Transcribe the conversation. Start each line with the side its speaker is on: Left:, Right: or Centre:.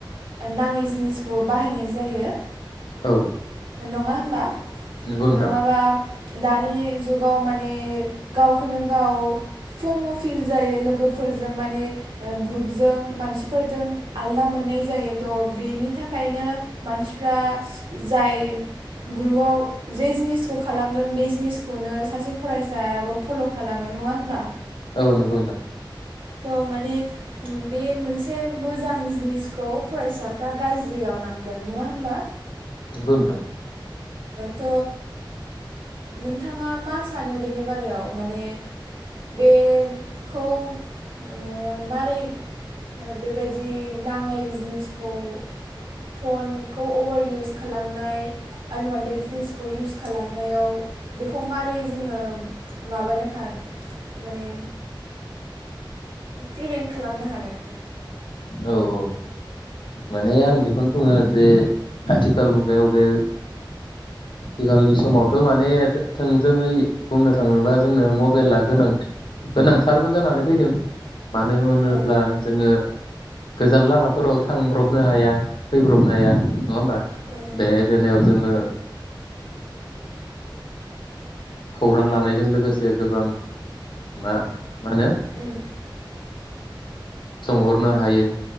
Right: नाङै जिनिसखौ बाहायनाय जायो
Left: औ
Right: नङा होमबा
Left: नंगौ नोंथां
Right: नङाबा दानि जुगाव माने गावखौनो गाव फर्माव फिल जायो लोगोफोरजों माने ग्रुपजों मानसिफोरजों आलदा मोननाय जायो थ' बेनि थाखायनो मानसिफ्रा जाय ग्रुपाव जे जिनिसखौ खालामदों बे जिनिसखौनो सासे फरायसायाबो फल' खालामो नङा होमबा?
Left: औ नंगौ नोंथां
Right: थ' माने बे मोनसे मोजां जिनिसखौ फरायसाफ्रा गाज्रियाव लांदों नङा होमबा?
Left: नंगौ नोंथां
Right: थ' नोंथाङा मा सानो बेनि बारायाव माने बेखौ ओ मारै बेबायदि नांनाय जिनिसखौ फनखौ अभार इउस खालामनाय आनवानटेड जिनिसखौ इउस खालामनायाव बेखौ मारै जोङो माबानोखाय माने प्रिभेन्ट खालामनो हागोन।
Left: औ औ माने
Right: औ
Left: आं बेखौनो बुङो जे आथिखाल मुगायाव बेे आथिखालनि समावथ' माने थोंजोङै बुंनो थाङोबा जोंनो मबाइला गां गोनांथारबो जानानै फैदों मानो होनोब्ला
Right: औ
Left: जोङो गोजान लामाफोराव थांब्रब नो हाया फैब्रबनो हाया नङा होमबा
Right: औ
Left: बे बेलायाव जोङो खौरां लानायजों लोगोसे गोबां मा मा होनो
Right: उम
Left: सोंहरनो हायो